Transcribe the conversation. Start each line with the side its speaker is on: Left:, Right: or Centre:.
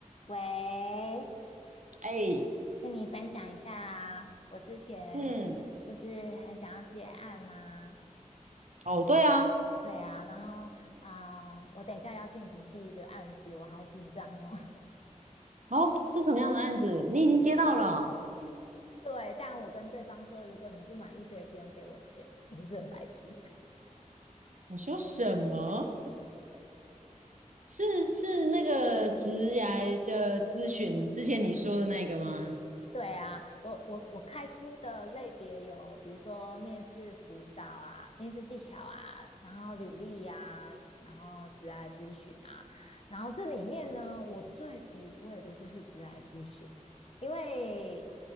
Left: 喂，
Right: 哎，
Left: 跟你分享一下啊，我之前不是很想要接案吗？
Right: 嗯，哦，对啊，
Left: 对啊，然后啊、呃我等一下要进行第一个案子，我好紧张哦。
Right: 哦，是什么样的案子？你已经接到了？
Left: <laughs> 对，但我跟对方说，如果你不满意，可以不用给我钱。我是不是很白痴？
Right: 你说什么？是是那个职涯的咨询之前你说的那个吗？
Left: 对啊，我我我开出的类别有，比如说面试辅导啊、面试技巧啊，然后履历呀、然后职涯咨询啊，然后这里面呢，我最不会的就是职涯咨询，因为